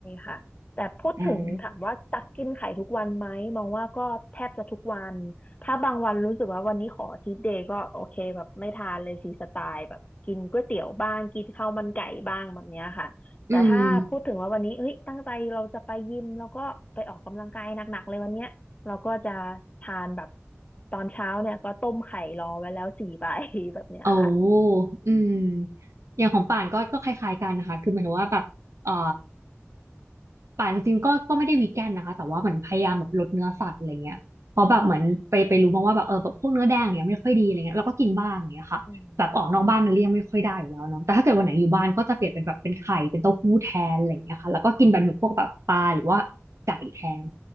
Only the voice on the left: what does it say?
ค่ะแต่พูดถึงถามว่าตักกินไข่ทุกวันไหมมองว่าก็แทบจะทุกวันถ้าบางวันรู้สึกว่าวันนี้ขอชีทเดย์ก็โอเคแบบไม่ทานเลยฟรีสไตล์แบบกินก๋วยเตี๋ยวบ้างกินข้าวมันไก่บ้างแบบเนี้ยค่ะแต่ถ้าพูดถึงว่าวันนี้เฮ้ยตั้งใจเราจะไปยิมแล้วก็ไปออกกำลังกายหนักๆเลยวันเนี้ยเราก็จะ
ทานแบบตอนเช้าเนี่ยก็ต้มไข่รอไว้แล้วสี่ใบ <laughs> แบบเนี้ยค่ะ
อืม